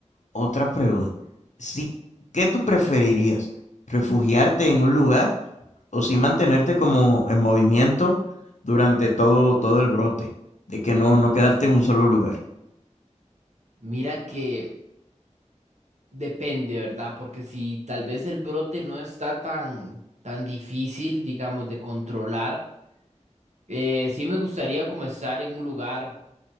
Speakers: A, on the left (about 75°); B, on the right (about 65°).
A: Otra pregunta. Sí, ¿qué tú preferirías? ¿Refugiarte en un lugar o sí mantenerte como en movimiento durante todo, todo el brote? De que no, no quedarte en un solo lugar.
B: Mira que... Depende, ¿verdad? Porque si tal vez el brote no está tan, tan difícil, digamos, de controlar, eh, sí me gustaría comenzar en un lugar